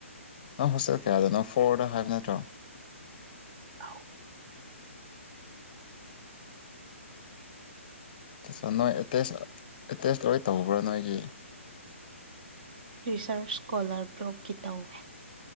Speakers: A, on the left (about 40°); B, on the right (about 40°).
A: ꯅꯪ ꯍꯣꯁꯇꯦꯜ ꯀꯌꯥꯗꯅꯣ ꯐꯣꯔꯗ ꯍꯥꯏꯕ ꯅꯠꯇ꯭ꯔꯣ
B: ꯑ
A: ꯑꯣꯝ ꯅꯣꯏ ꯑꯦꯇꯦꯁ ꯑꯦꯇꯦꯁ ꯂꯣꯏ ꯇꯧꯕ꯭ꯔꯥ ꯅꯣꯏꯒꯤ
B: ꯔꯤꯁꯔꯁ ꯁꯀꯣꯂꯥꯔ ꯕꯣꯛꯀꯤ ꯇꯧꯋꯦ